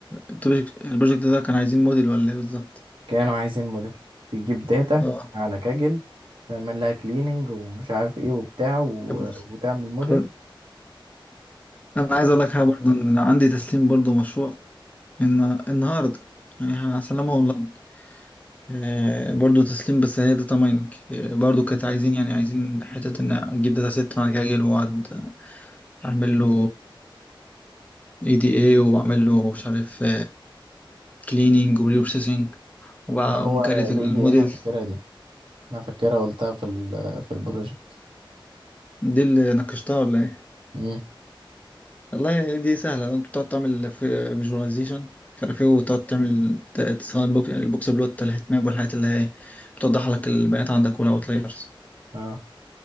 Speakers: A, on the left; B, on the right.
A: البروجكت البروجكت ده كان عايزين موديل ولا ايه بالظبط
B: كانوا عايزين موديل تجيب داتا
A: اه
B: على كاجل تعمل لها كليننج ومش عارف ايه وبتاع و...
A: طب
B: وتعمل موديل
A: خ- انا
B: و...
A: عايز اقول لك حاجه برضه ان عندي تسليم برضه مشروع ان النهارده يعني هسلمه اونلاين آه برضه تسليم بس هي داتا مايننج آه برضه كانت عايزين يعني عايزين حته ان اجيب داتا سيت وانا جاي واقعد اعمل له اي دي اي واعمل له مش عارف كليننج وبري بروسيسنج وبقى
B: ما
A: أقوم
B: هو
A: كارت
B: الاي
A: الموديل
B: دي ان انا فاكرها دي انا فاكرها قلتها في ال... في البروجكت
A: دي اللي ناقشتها ولا إيه؟
B: مم.
A: والله دي سهلة انت بتقعد تعمل فيجواليزيشن مش عارف ايه وتقعد تعمل ت- تصمم البوك- البوكس بلوت الهيت ماب والحاجات اللي هي بتوضح لك البيانات عندك والاوت لايرز
B: اه